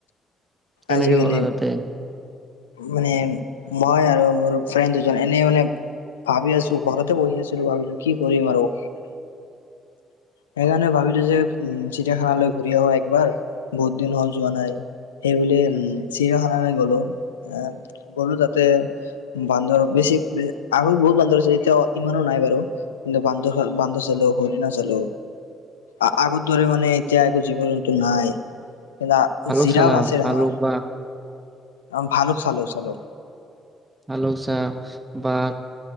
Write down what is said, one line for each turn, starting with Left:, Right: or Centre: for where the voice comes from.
Right: কেনেকে
Left: আজিকালি
Right: গ'লা তাতে।
Left: মানে মই আৰু মোৰ ফ্ৰেন দুজন। এনে মানে ভাবি আছো ঘৰতে বহি আছিলো ভাবিলো কি কৰিম আৰু।
Right: <inaudible>
Left: সেইকাৰণে ভাবিলো যে উম চিৰিয়াখানালৈ ঘূৰি আহো একবাৰ বহুত দিন হল যোৱা নাই। সেইবুলি উম, চিৰখানালে গ'লো, আ, গ'লো তাতে বান্দৰৰ বেছি বে আগত বহুত বান্দৰ আছিল, এতিয়া অ' ইমানো নাই বাৰু। কিন্তু বান্দৰৰ, বান্দৰ চালো, হৰিণা চা চালো। আ-আগৰ দৰে মানে এতিয়া একো জীৱ জন্তু নাই। জিৰা-জিৰাফ
Right: ভালুক চালা
Left: আছে
Right: ভালুক
Left: ডাঙৰ।
Right: বা
Left: অ' ভালো। খালো। চালো।
Right: আলক চাহ, বাঘ,